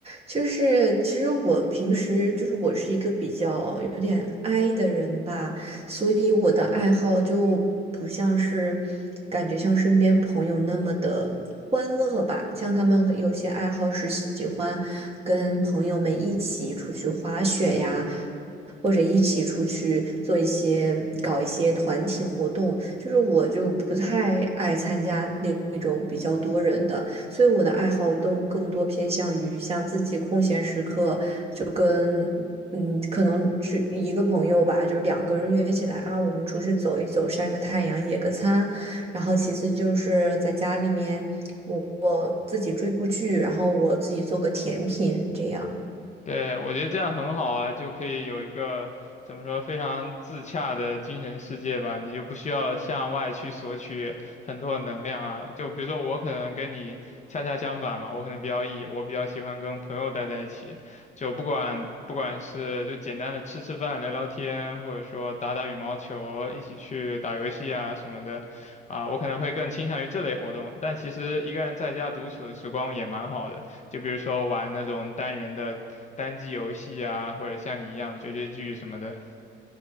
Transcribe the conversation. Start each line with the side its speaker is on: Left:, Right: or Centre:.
Right: 就是其实我平时就是我是一个比较有点 i 的人吧，所以我的爱好就不像是感觉像身边朋友那么的欢乐吧，像他们有些爱好是喜欢跟朋友们一起出去滑雪呀。或者一起出去做一些，搞一些团体活动，就是我就不太爱参加那那种比较多人的，所以我的爱好都更多偏向于像自己空闲时刻，就跟嗯，可能是一个朋友吧，就是两个人约起来啊，我们出去走一走，晒个太阳，野个餐。然后其次就是在家里面，我我自己追部剧，然后我自己做个甜品，这样。
Left: 对，我觉得这样很好啊，就可以有一个怎么说非常自洽的精神世界吧，你就不需要向外去索取很多的能量啊。就比如说我可能跟你恰恰相反嘛，我可能比较 E，我比较喜欢跟朋友待在一起，就不管不管是就简单的吃吃饭、聊聊天，或者说打打羽毛球、一起去打游戏啊什么的，啊，我可能会更倾向于这类活动。但其实一个人在家独处的时光也蛮好的。就比如说玩那种单人的单机游戏啊，或者像你一样追追剧什么的。<laughs>